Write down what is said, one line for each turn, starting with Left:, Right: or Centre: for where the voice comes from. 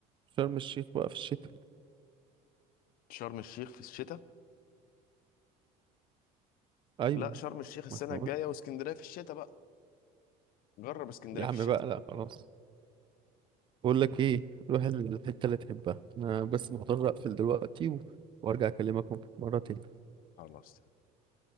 Right: شرم الشيخ بقى في الشتاء
Left: شرم الشيخ في الشتاء
Right: ايوه
Left: لا شرم الشيخ السنة
Right: ما احنا
Left: الجاية
Right: قلنا
Left: واسكندرية في الشتاء بقى جرب اسكندرية
Right: يا
Left: في
Right: عم
Left: الشتاء
Right: بقى لا خلاص بقول لك ايه روح الحته اللي تحبها انا بس مضطر اقفل دلوقتي و... وارجع اكلمك مرة تاني
Left: خلاص